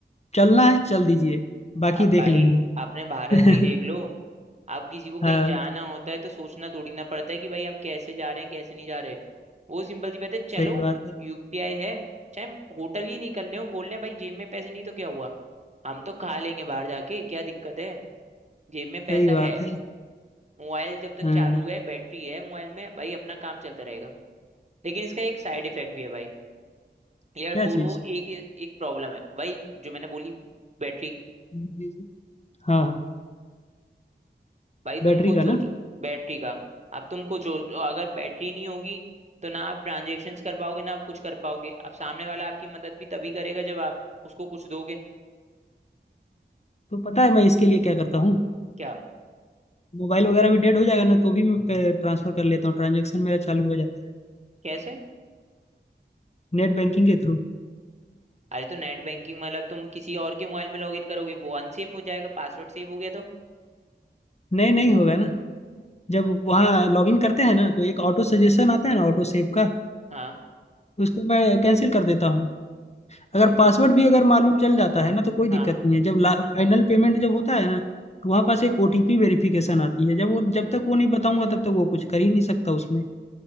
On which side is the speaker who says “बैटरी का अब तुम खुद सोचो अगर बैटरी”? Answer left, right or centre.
Right